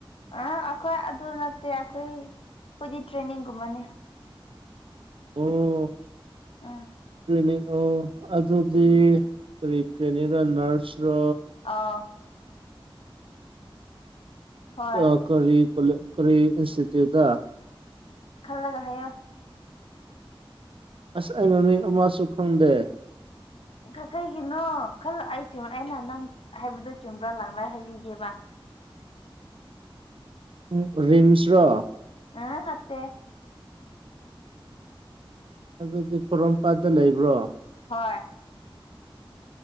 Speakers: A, on the left (about 75°); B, on the right (about 70°).
A: ꯑ ꯑꯩꯈꯣꯏ ꯑꯗꯨ ꯅꯠꯇꯦ ꯑꯩꯈꯣꯏ ꯑꯩꯈꯣꯏꯗꯤ ꯇ꯭ꯔꯦꯅꯤꯡꯒꯨꯝꯕꯅꯤ
B: ꯑꯣ
A: ꯎꯝ
B: ꯇ꯭ꯔꯦꯅꯤꯡ ꯑꯣ ꯑꯗꯨꯗꯤ ꯀꯔꯤ ꯇ꯭ꯔꯦꯅꯤꯡꯔ ꯅꯥꯔꯁꯔꯣ
A: ꯑꯥ ꯍꯣꯏ
B: ꯑ ꯀꯔꯤ ꯀꯣꯂ ꯀꯔꯤ ꯏꯟꯁꯇꯤꯇ꯭ꯨꯏꯠꯇ
A: ꯈꯜꯂꯒ ꯍꯥꯏꯌꯣ
B: ꯑꯁ ꯑꯩ ꯃꯃꯤꯡ ꯑꯃꯁꯨ ꯈꯪꯗꯦ
A: ꯀ ꯀꯩꯒꯤꯅꯣ ꯈꯜꯂ ꯑꯩ ꯆꯨꯝ ꯑꯩꯅ ꯅꯪ ꯍꯥꯏꯕꯗꯣ ꯆꯨꯝꯕ꯭ꯔꯥ ꯂꯥꯟꯕ꯭ꯔꯥ ꯍꯥꯏꯕꯤꯒꯦꯕ
B: ꯎꯝ ꯔꯤꯝꯁ ꯔꯣ
A: ꯑꯥ ꯅꯠꯇꯦ
B: ꯑꯗꯨꯗꯤ ꯄꯣꯔꯣꯝꯄꯥꯠꯇ ꯂꯩꯕ꯭ꯔꯣ
A: ꯍꯣꯏ